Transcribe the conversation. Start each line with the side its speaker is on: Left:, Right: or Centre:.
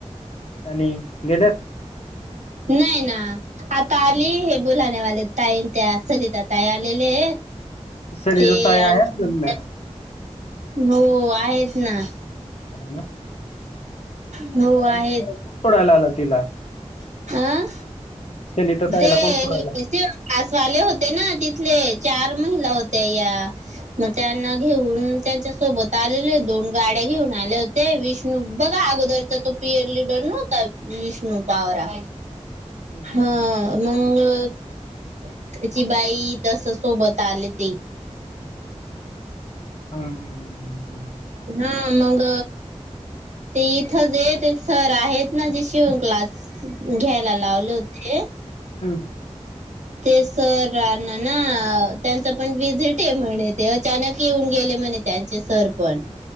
Left: आणि गेलेत
Right: नाही ना आता आली हे बुलाण्यावाले ताई त्या सलिता ताई आलेले.
Left: सलिताताई
Right: ते
Left: आहे
Right: आणखी
Left: अजून हा
Right: हो आहेत ना.
Left: ह
Right: हो
Left: म
Right: आहेत.
Left: म खूप सोडायला आला तिला <unintelligible>
Right: अं
Left: सलिताताईला
Right: ते
Left: कोण सोडायला
Right: कासवाले होते ना तिथलेच चार महिला होत्या या मग त्यांना घेऊन त्यांच्या सोबत आले दोन गाड्या घेऊन आले होते विष्णू बघा अगोदरचा तो पियर लीडर नव्हता विष्णू वावरा
Left: हम्म,
Right: ह
Left: हम्म,
Right: मग त्याची बाई तस सोबत आले ते.
Left: हम् हम्म हम्म.
Right: हा मग ते इथं जे ते सर आहेत ना जे शिवण क्लास घ्यायला लावले होते.
Left: हा
Right: ते सरना ना त्यांच पण विझिट आहे म्हणे ते अचानक येऊन गेले म्हण. त्यांचे सर पण